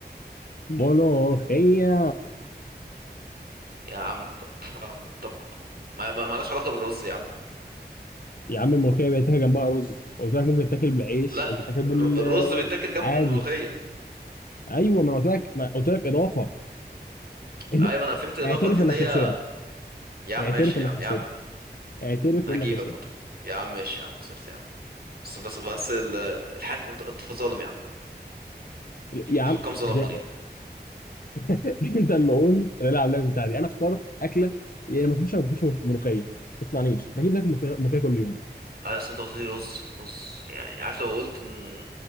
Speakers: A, on the left (about 55°); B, on the right (about 65°).
A: ملوخيه
B: يا عم طب طب طب ما ما مالهاش علاقة بالرز يا عم
A: يا عم الملوخيه بيتاكل جنبها رز قلت لك ممكن تاكل بالعيش
B: لا
A: ممكن تاكل بال
B: الر- الرز
A: آه،
B: بيتاكل جنب
A: عادي
B: الملوخية
A: ايوه ما انا قلت لك ما قلت لك اضافه <laughs>
B: ايوه انا فهمت الإضافة
A: اعترف
B: دي
A: انك
B: ان هي
A: خسرت
B: يا عم
A: اعترف
B: ماشي
A: انك
B: يا عم
A: خسرت
B: يا عم
A: اعترف
B: هجيبك
A: انك خسرت
B: مطر يا عم ماشي يا عم خسرت يا عم بس بس بس ال- الحاج انت انت ظالم يا عم
A: يا عم
B: الحكام ظلموني
A: مش <laughs> انت اللي قلت نلعب اللعبه بتاعتي دي انا اخترت اكله يعني ما تخش ما تخش ملوخيه ما تقنعنيش هجيب لك ملوخيه ملوخية كل يوم
B: اصل انت قلت لي رز رز يعني عارف لو قلت ان